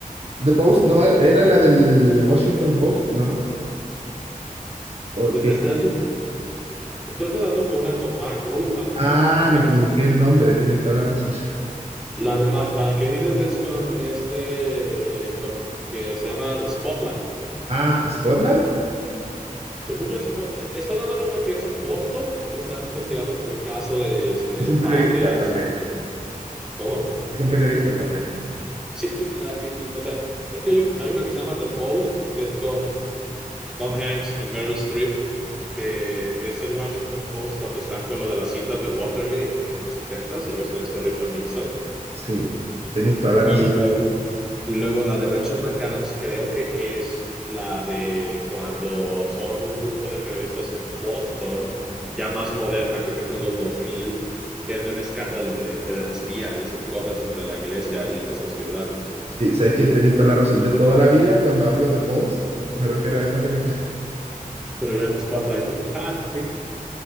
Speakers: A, on the right (about 45°); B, in the centre.
A: The Post no era, era la del Washington Post, ¿no? Porque.
B: Estás, tú estás hablando que una con Mark Ruffalo,
A: Ah,
B: ¿no? La,
A: me equivoqué el nombre, tenéis toda la razón. <laughs>
B: la, de Ma- la que dices es con este. Con, que se llama The Spotlight.
A: Ah, Spotlight.
B: Según yo, Spo- eh, estás dando de una que es en Boston, que están investigando como un caso de este,
A: Es un
B: padres.
A: periodista también.
B: Este, ¿Cómo?
A: Es un periodista también.
B: Sí, es de- la que. O sea, es que yo- hay una que se llama The Post, que es con. Tom Hanks y Meryl Streep, que es el Washington Post cuando están con lo de las cintas de Watergate en los setentas. ya ves con este Richard Nixon.
A: Sí, tenéis toda la
B: Y
A: razón.
B: luego, y luego la de Rachel McAdams creo que es la de cuando son un grupo de periodistas en Boston, ya más moderna, creo que es en los 2000, que es de un escándalo de pederastía y esas cosas entre la iglesia y en esa ciudad.
A: Sí, sabéis que tenéis toda la razón. Yo toda la vida, cuando hablo de Post, me refiero a esta película.
B: Atreves Spotlight. <laughs>
A: <laughs>